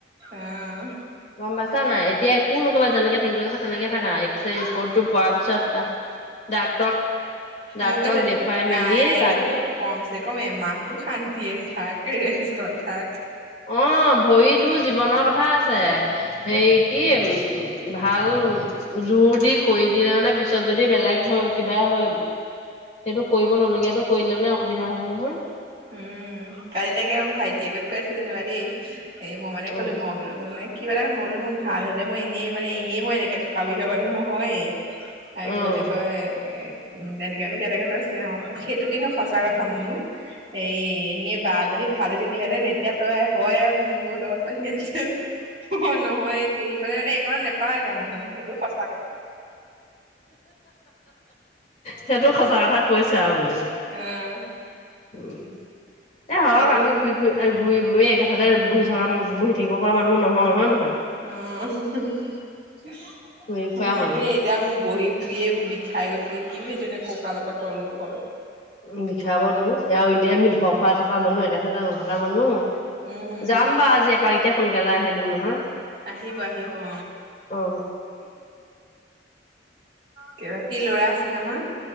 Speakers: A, on the right; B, on the left.
A: অ'
B: গম পাইছা নাই? এতিয়া একো নকৰিবা যেনেকে থাকিবলে কৈছে তেনেকে থাকা। এক চে ৰিপৰ্টটো পোৱাৰ পিছত ডাক্তৰক
A: মোক
B: ডাক্তৰক
A: কৈছে
B: দেখুৱাই
A: নাই
B: মেলি
A: নাই
B: তাপিছত
A: কিন্তু তই কম চে কম এমাহটো শান্তিয়ে থাক ৰেষ্টত থাক।
B: অ ভৰিতো জীৱনৰ কথা আছে, সেই কি ওম ভাল জোৰ দি কৰি দিলে মানে পিছত যদি বেলেগ হয় কিবা হয় সেইটো কৰিব নলগীয়াটো কৰি দিলে মানে অসুবিধা হব নহয়।
A: উম কাইল দেখে এও ভাইটিয়েকত কৈ আছিল যেনিবা দেই, সেই মই মানে
B: উম
A: কলো ম বোলো মানে কিবা এটা ন বো মোৰ ভাল হ'লে মই এনেই মানে এনেই মই এনেকে থকা বিধৰ মানুহ নহয়ে। <unintelligible> তাইক
B: উম
A: ক'লে কয় এ তেনেকে এদেকে তই চেৰাওঁ সেইটো কিন্তু সঁচা কথা মুনু। হেৰি এনেই বা যদি ভাল হৈ থাকিলেহেতেন এতিয়া তই হয় মুনুহতৰ ঘত পালি হেতেন। অ নহয় সেইফালে মানে একণাত নোপায় ত মানুহ সেইটো সঁচ
B: সেইটো সঁচা কথা কৈছে আও বুলি।
A: এয়াহ।
B: উম এ হওক
A: সেইটো
B: আমি ঘূৰি ফুৰি এ ঘূৰি বুৰি একে হঠাতে বহি থকা বহি থাকিব পৰা মানুহ নহয় হয় নে নহয়?
A: অ মোৰ
B: ঘূৰি ফুৰা মানুহ
A: এই এতিয়া মোৰ বহি শুই এইবোৰ বি খাই গৈছেগে, কি বুলি ভাবিছ কঁকালৰ পৰা তল দখৰ।
B: উ বিষাবটো এয়াও এনেই আমি ধৰ ফৰা থকা মানুহ একে ঠাইতে নথকা মানুহ।
A: উম
B: যাম বা আজি এপাক এতিয়া সোনকালে আহিলো নহয়।
A: আহিব আহিব অ।
B: অ।
A: কিবা কি ল'ৰা আছে নহয়?